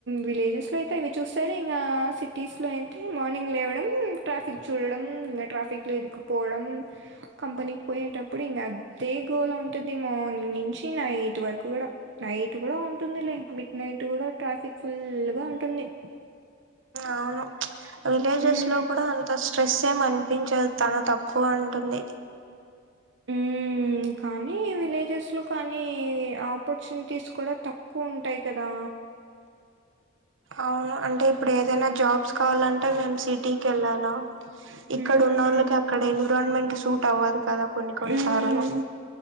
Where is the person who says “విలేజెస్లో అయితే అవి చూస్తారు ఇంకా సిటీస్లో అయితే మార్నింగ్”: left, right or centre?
Right